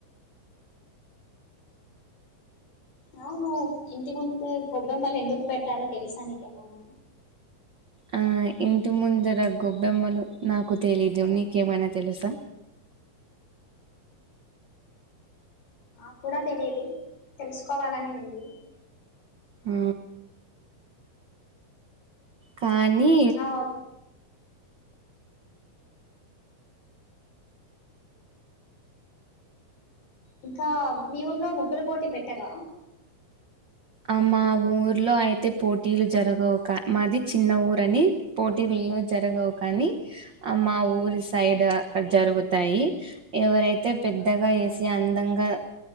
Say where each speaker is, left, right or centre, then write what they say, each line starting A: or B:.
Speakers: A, on the left; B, on the right.
A: అవును ఇంటి ముందు గొబ్బెమ్మలు ఎందుకు పెడతారో తెలుసా నీకేమైనా
B: ఆ ఇంటి ముందర గొబ్బెమ్మలు నాకు తెలీదు నీకేమైనా తెలుసా
A: నాకు కూడా తెలియదు తెలుసుకోవాలని ఉంది.
B: ఆ కానీ
A: ఆ ఇంకా మీ ఊర్లో ముగ్గుల పోటీ పెట్టరా
B: ఆ మా ఊర్లో అయితే పోటీలు జరగవు కా మాది చిన్న ఊరని పోటీలో జరగవు కానీ ఆ మా ఊరి సైడ్ అక్కడ జరుగుతాయి ఎవరైతే పెద్దగా వేసి అందంగా